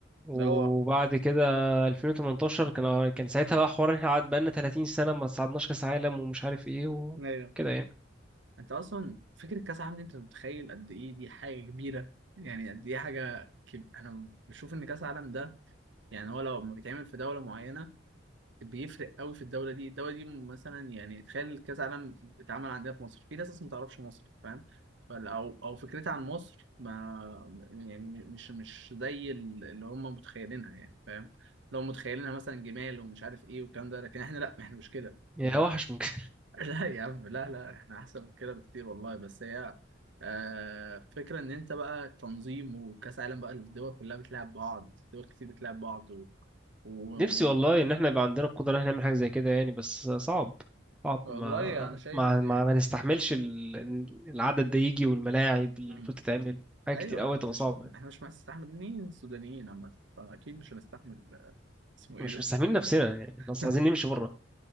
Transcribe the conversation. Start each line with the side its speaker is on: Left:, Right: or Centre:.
Centre: وبعد
Right: ده هو
Centre: كده 2018 كان كان ساعتها بقى حوار إن احنا قعد بقالنا 30 سنه ما صعدناش كاس عالم ومش عارف ايه وكده
Right: ايوه
Centre: يعني
Right: انت اصلا فكره كاس العالم دي انت متخيل قد ايه دي حاجه كبيره يعني قد ايه حاجه كب... انا بشوف ان كاس العالم ده يعني هو لو ما بيتعمل في دوله معينه بيفرق قوي في الدوله دي الدوله دي مثلا يعني تخيل كاس عالم اتعمل عندنا في مصر في ناس اصلا ما تعرفش مصر فاهم فال- او او فكرتها عن مصر ما يعني مش مش زي ال- اللي هم متخيلينها يعني فاهم لو متخيلينها مثلا جمال ومش عارف ايه والكلام ده لكن احنا لا احنا مش كده
Centre: يا
Right: احنا
Centre: وحش ممكن
Right: <laughs> لا يا عم لا لا احنا احسن من كده بكتير والله بس هي آه، فكرة ان انت بقى تنظيم وكاس عالم بقى الدول كلها بتلعب بعض دول كتير بتلعب بعض
Centre: <laughs>
Right: و...
Centre: نفسي والله ان احنا يبقى عندنا القدره ان احنا نعمل حاجه زي كده يعني بس صعب صعب
Right: والله
Centre: ما
Right: انا شايف
Centre: ما
Right: ان
Centre: ما, ما نستحملش ال- العدد ده يجي والملاعب اللي
Right: مم.
Centre: بتتعمل حاجات
Right: ايوه
Centre: كتير قوي
Right: احنا
Centre: تبقى
Right: مش
Centre: صعبه
Right: احنا مش مستحملين السودانيين عامه فاكيد مش هنستحمل آه، اسمه ايه
Centre: مش
Right: ده
Centre: مستحملين نفسنا يعني خلاص
Right: <laughs>
Centre: عايزين نمشي بره